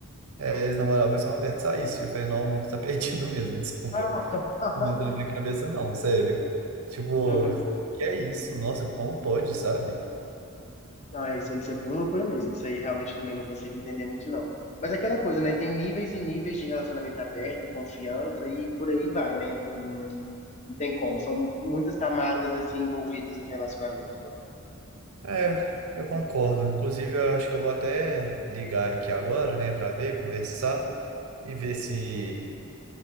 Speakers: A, on the right (about 85°); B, on the left (about 30°).
A: é, eles namoravam e são abertos a isso. E eu falei, não, o mundo tá <laughs> perdido mesmo, desculpa.
B: Ah, <laughs>
A: Não entra na minha cabeça não, sério. Tipo,
B: uhum.
A: que é isso? Nossa, como pode, sabe?
B: Ah, isso, aí- isso é bem loucura mesmo. Isso aí realmente eu também não consigo entender muito, não. Mas é aquela coisa, né? Tem níveis e níveis de relacionamento aberto, confiança e por aí vai, né? Não, não tem como. São muitas camadas, assim, envolvidas no relacionamento, né?
A: É, eu concordo. Inclusive, eu acho que eu vou até ligar aqui agora, né, pra ver, conversar e ver se